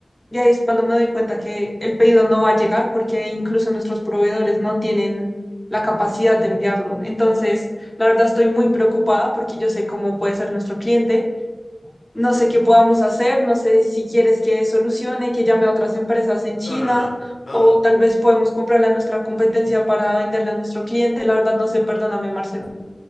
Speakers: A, in the centre; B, on the left.
A: Y ahí es cuando me doy cuenta que el pedido no va a llegar porque incluso nuestros proveedores no tienen la capacidad de enviarlo. Entonces, la verdad estoy muy preocupada porque yo sé cómo puede ser nuestro cliente, no sé qué podamos hacer, no sé si quieres que solucione, que llame a otras empresas en China
B: No, no, no, no, no,
A: o
B: no, no.
A: tal vez podemos comprarle a nuestra competencia para venderla a nuestro cliente. La verdad no sé, perdóname, Marcelo.